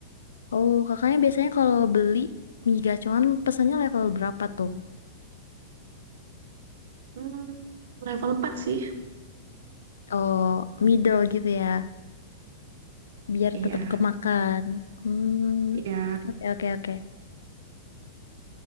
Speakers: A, on the left; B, on the right.
A: Oh, kakaknya biasanya kalau beli mie gacoan pesannya level berapa tuh?
B: Hmm, level 4 sih.
A: Oh, middle gitu ya, biar
B: Iya,
A: tetap kemakan. Hmm,
B: iya.
A: oke oke oke.